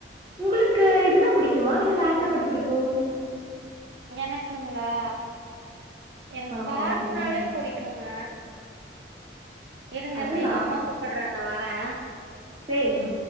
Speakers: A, on the right; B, on the right.
A: உங்குளுக்கு இதுதா பிடிக்குமா இல்ல வேற என்ன பாட்டு பிடிக்கு
B: எனக்குங்ளா எனக்
A: ஆமா
B: பாட்னாலே
A: உங்களுக்கு
B: ப் புடிக்குங்க இருங்க
A: அது
B: இருங்க எங்க
A: நான்
B: அம்மா கூப்புட்றாங்க வர்றே
A: சேரிங்க